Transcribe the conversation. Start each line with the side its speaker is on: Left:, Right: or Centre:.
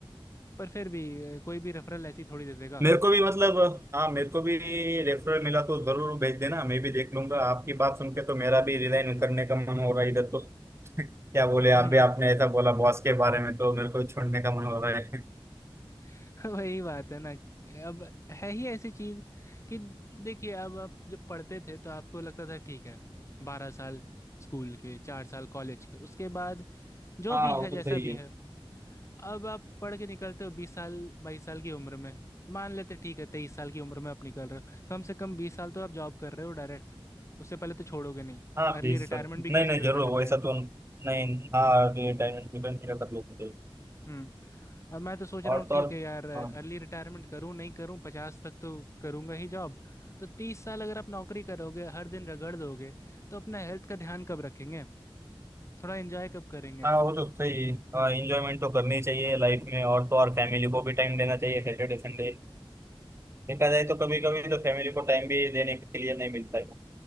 Left: पर फिर भी अ, कोई भी रेफरल ऐसी थोड़ी दे देगा
Right: मेरे को भी मतलब हाँ मेरे को भी रेफरल मिला तो जरूर भेज देना मैं भी देख लूंगा आपकी बात सुन के तो मेरा भी रिजाइन करने का मन हो रहा है इधर तो <laughs> क्या बोले
Left: <laughs>
Right: आप भी आपने ऐसा बोला बॉस के बारे में तो मेरे को भी छोड़ने का मन हो रहा है
Left: <laughs> वही बात है ना अब है ही ऐसी चीज कि देखिए अब आप जब पढ़ते थे तो आपको लगता था ठीक है बारह साल स्कूल के चार साल कॉलेज के उसके बाद जो
Right: हाँ
Left: भी है
Right: वो तो
Left: जैसा
Right: सही
Left: भी
Right: है
Left: है अब आप पढ़ के निकलते हो बीस साल बाईस साल की उम्र में मान लेते ठीक है तेईस साल की उम्र में आप निकल रहे हो कम से कम बीस साल तो आप जॉब कर रहे हो डायरेक्ट उससे पहले तो छोड़ोगे नहीं
Right: हाँ
Left: अर्ली
Right: प्लीज
Left: रिटायरमेंट
Right: सर
Left: भी कंसिडर
Right: नहीं नहीं जरूर
Left: कर लेते
Right: वैसा
Left: हैं
Right: तो नहीं हाँ डायमंड डिफेंस का कर लेते हैं।
Left: हम्म, अब मैं तो सोच रहा
Right: और
Left: हूँ
Right: तो
Left: ठीक
Right: और
Left: है यार अर्ली
Right: हाँ
Left: रिटायरमेंट करूँ नहीं करूँ पचास तक तो करूँगा ही जॉब तो तीस साल अगर आप नौकरी करोगे हर दिन रगड़ दोगे तो अपना हेल्थ का ध्यान कब रखेंगे थोड़ा एंजॉय कब करेंगे
Right: हाँ वो तो सही है, इंजॉयमेंट तो करनी ही चाहिए लाइफ में और तो और फैमिली को भी टाइम देना चाहिए सैटरडे संडे देखा जाए तो कभी कभी तो फैमिली को टाइम भी देने के लिए नहीं मिलता है